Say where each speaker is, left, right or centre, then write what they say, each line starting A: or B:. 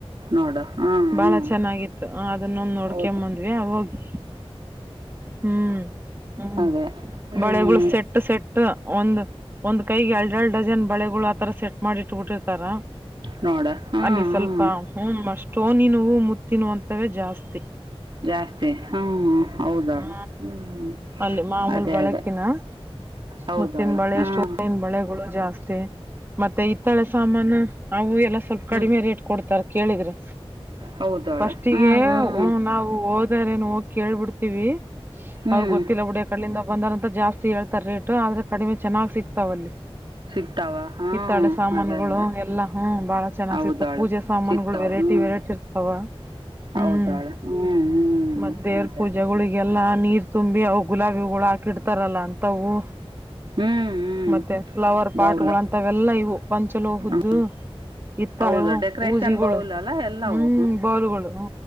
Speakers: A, on the right (about 50°); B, on the right (about 20°).
A: ನೋಡು ಹ್ಮ್
B: ಬಹಳ
A: ಹ್ಮ್
B: ಚೆನ್ನಾಗಿತ್ತು ಅದನ್ನೊಂದ ನೋಡಕೆಂಡ
A: ಹೌದು
B: ಬಂದವ್ಯಾ ಹೋಗಿ ಹ್ಮ್ ಹ್ಮ್
A: ಅದೇ ಹ್ಮ್
B: ಬಳೆಗಳು ಸೆಟ್ಟು ಸೆಟ್ಟ ಟ್ಟ ಒಂದ್ ಒಂದ್ ಕೈಗೆ ಎರಡ ಎರಡ್ ಡಜನ್ ಬಳೆಗಳು ಆತರ ಸೆಟ್ ಮಾಡಿ ಇಟ್ಬಿಟ್ಟಿರ್ತಾರ
A: ನೋಡ ಹ್ಮ್
B: ಅಲ್ಲಿ ಸ್ವಲ್ಪ
A: ಹ್ಮ್
B: ಹ್ಮ್ ಸ್ಟೋನಿನವು ಮುತ್ತಿನಂತವೇ ಜಾಸ್ತಿ
A: ಜಾಸ್ತಿ ಹ್ಮ ಹೌದಾಳ
B: ಹಾ
A: ಹ್ಮ
B: ಅಲ್ಲಿ ಮಾಮೂಲ್
A: ಅದೇ
B: ಬಳಕಿನ
A: ಅದೇ ಹೌದಾಳ
B: ಮುತ್ತಿನ ಬಳೆ
A: ಹ್ಮ
B: ಸ್ಟೋನಿನ ಬಳೆಗಳು ಜಾಸ್ತಿ ಮತ್ತೆ ಹಿತ್ತಾಳೆ ಸಾಮಾನು ಅವು ಎಲ್ಲ ಸ್ವಲ್ಪ
A: ಹ್ಮ್
B: ಕಡಿಮೆ ರೇಟ್ ಕೊಡ್ತಾರ ಕೇಳಿದ್ರೆ
A: ಹೌದಾಳ
B: ಫಸ್ಟಿಗೆ
A: ಹ್ಮ್ ಹ್ಮ್
B: ನಾವು ಹೋದರೆ ನ ಹೋಗಿ ಕೇಳ್ಬಿಡ್ತೀವಿ
A: ಹ್ಮ್
B: ಅವ್ರ ಗೊತ್ತಿಲ್ಲ ಬುಡಿಯ ಕಡಿಂದ ಬಂದಾರಂತ ಜಾಸ್ತಿ ಹೇಳ್ತಾರೆ ರೇಟ್ ಆದ್ರೆ ಕಡಿಮೆ ಚೆನ್ನಾಗ್ ಸಿಕ್ತಾವ ಅಲ್ಲಿ
A: ಸಿಗ್ತಾವ ಹ್ಮ್
B: ಹಿತ್ತಾಳೆ ಸಾಮಾನುಗಳು
A: ಅದೇ ಅದೇ
B: ಎಲ್ಲಾ ಹ ಬಹಳ ಚೆನ್ನಾಗ್
A: ಹೌದಾಳ
B: ಸಿಕ್ತಾವ ಪೂಜೆ ಸಾಮಾನುಗಳು
A: ಸಿಗ್ತಾವ
B: ವೆರೈಟಿ
A: ಹ್ಮ್
B: ವೆ ಹಚ್ಚಿರ್ತಾವ ಹ್ಮ್
A: ಹೌದಾಳ ಹ್ಮ್ ಹ್ಮ್
B: ಮತ್ತೆ ದೇವರ
A: ಅದೇ
B: ಪೂಜೆಗೆ ಎಲ್ಲ ನೀರ್ ತುಂಬಿ ಅವು ಗುಲಾಬಿಗಳು ಹಾಕಿ ಇಡ್ತಾರಲ್ಲ ಅಂತವು
A: ಹ್ಮ್ ಹ್ಮ್
B: ಮತ್ತೆ ಫ್ಲವರ್ ಪಾಟ್ಗಳು
A: ಬೌಲ್
B: ಅಂತವೆಲ್ಲಾ ಇವು ಪಂಚಲೋಹದ್ದು
A: ಹ್ಮ್
B: ಹಿತ್ತಾಳೆವು
A: ಹೌದು ಡೆಕೋರೇಷನ್
B: ಊಜಿಗಳು
A: ಬೌಲ್ ಅಲ್ಲ ಎಲ್ಲವು
B: ಹ್ಮ್ ಬೋಲ್ಗಳು